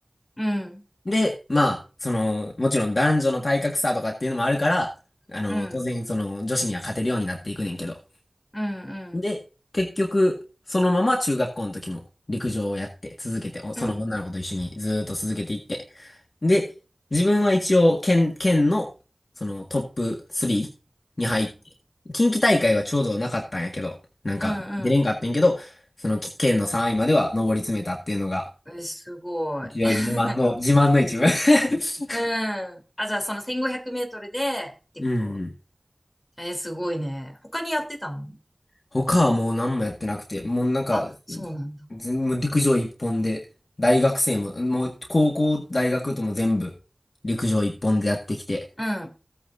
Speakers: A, on the left; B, on the left.
A: うん、
B: で、まあ、その、もちろん男女の体格差とかっていうのもあるから、あの、
A: うん、
B: 当然その、女子には勝てるようになっていくねんけど。
A: うん、うん、
B: で、結局、そのまま中学校の時も陸上をやって続けて、おその女の子と一緒にずーっと続けていって、
A: うん、うん、
B: で、自分は一応県、県の、そのトップ3に入って、近畿大会はちょうどなかったんやけど、なんか出れんかったんやけど、
A: うん、う
B: その県の3位までは上り詰めたっていうのが、
A: ん。え、すごい。
B: 一応自慢の、
A: <laughs>
B: 自慢の一部 <laughs>
A: うん。あ、じゃあ、その1500メートルで、ってこと
B: うん。
A: え、すごいね。他にやってたの
B: 他はもう何もやってなくて、もうなんか、
A: あ、そうなんだ。
B: 全もう陸上一本で、大学生も、もう高校、大学とも全部陸上一本でやってきて。
A: うん。